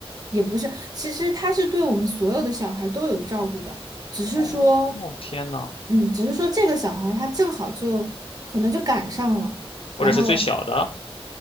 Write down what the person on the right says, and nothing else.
也不是，其实他是对我们所有的小孩都有照顾的，只是说，
嗯，只是说这个小孩他正好就可能就赶上了，
然后